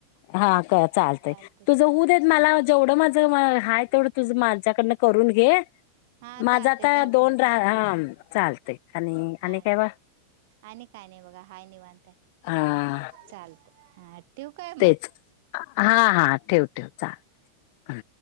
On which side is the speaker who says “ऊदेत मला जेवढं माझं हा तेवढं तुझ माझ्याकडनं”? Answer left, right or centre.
Left